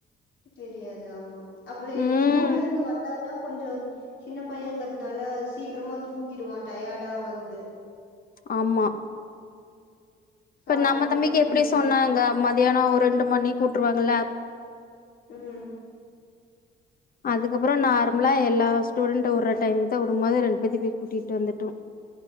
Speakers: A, on the left (about 70°); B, on the left (about 45°).
A: தெரியாது ஆமா அப்படி
B: ம்
A: ஸ்கூல்ல இருந்து வந்தாங்கன்னா கொஞ்சம் சின்ன பையங்கிறதுனால சீக்கிரமா தூங்கிடுவான் டயர்டா வந்து
B: ஆமா இப்ப
A: சாப்புட்டு
B: நம்ம தம்பிக்கு
A: கொஞ்ச
B: எப்படி
A: நேரோ
B: சொன்னாங்க மத்தியானம் ஒரு ரெண்டு மணி உட்டுருவாங்க
A: உம்
B: அதுக்கப்புறம் நார லாம் எல்லா ஸ்டூடண்ட் உற டைம் தான் உடுப்பது ரெண்டு பேதையும் போய் கூட்டிட்டு வந்துட்டோ